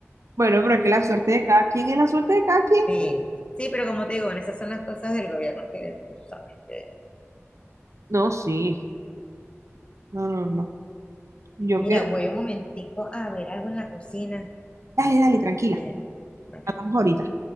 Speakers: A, on the right (about 80°); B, on the left (about 20°).
A: Bueno, pero es que la suerte de cada quien es la suerte de cada quien.
B: Sí, sí, pero como te digo, bueno, esas son las cosas del gobierno que tú sabes que.
A: No, sí. No, no, no. Yo
B: Mira,
A: que.
B: voy un momentico a ver algo en la cocina.
A: Dale, dale, tranquila.
B: que
A: Hablamos ahorita.